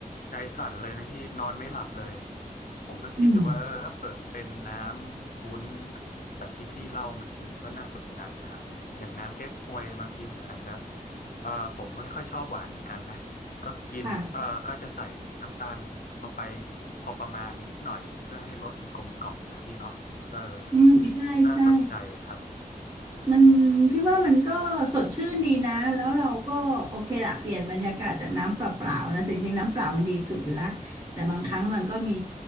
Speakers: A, on the left (about 70°); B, on the right (about 25°).
A: ใจสั่นเลยนะพี่นอนไม่หลับเลยผมก็คิดอยู่ว่าเออถ้าเปิดเป็นน้ำวุ้น
B: อืม
A: แบบที่พี่เล่าเมื่อกี้ก็น่าสนใจนะครับอย่างน้ำเก๊กฮวยบางทีมันอาจจะเออผมไม่ค่อยชอบหวานเหมือนกันนะก็กินเออก็จะใส่น้ำตาลลงไป
B: ค่ะ
A: พอประมาณนิดหน่อยเพื่อให้รสมันกลมกล่อมนะพี่เนาะ เออ
B: อืมใช่ใช่
A: น่าสนใจครับ
B: มันพี่ว่ามันก็สดชื่นดีนะแล้วเราก็โอเคละเปลี่ยนบรรยากาศจากน้ำเปล่าๆนะแต่จริงๆน้ำเปล่ามันดีสุดอยู่ละแต่บางครั้งมันก็มี